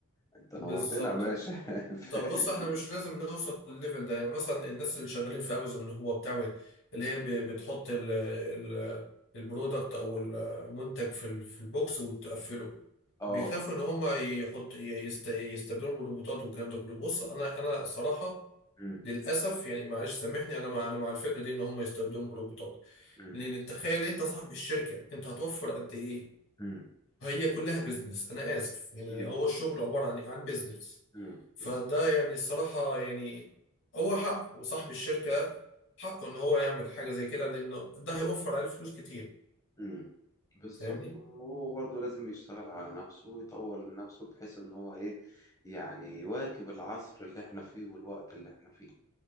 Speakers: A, on the left; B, on the left.
A: انت نورتنا
B: بالظبط
A: يا باشا <laughs> فاهم؟
B: طب بص احنا مش لازم نوصل للليفل ده يعني مثلا الناس اللي شغالين في امازون اللي هو بتعمل اللي هي ب- بتحط ال ال البرودكت او المنتج في ال- في البوكس وتقفله
A: اه
B: بيخافوا ان هم يحط ي- يست- يستبدلوا بالروبوتات والكلام ده كله بص انا انا صراحة
A: أمم،
B: للاسف يعني معلش سامحني انا مع انا مع الفكرة دي ان هم يستبدلوا بالروبوتات
A: أمم،
B: لان تخيل انت صاحب الشركة انت هتوفر قد ايه
A: أمم،
B: هي كلها بيزنس انا اسف يعني
A: أمم،
B: هو الشغل عباره عن عن بيزنس
A: أمم،
B: فده
A: بز-
B: يعني الصراحه يعني هو حقه وصاحب الشركه حقه ان هو يعمل حاجه زي كده لانه ده هيوفر عليه فلوس كتير
A: أمم. بالظبط
B: فاهمني
A: هو برضه لازم يشتغل على نفسه ويطور من نفسه بحيث ان هو ايه يعني يواكب العصر اللي احنا فيه والوقت اللي احنا فيه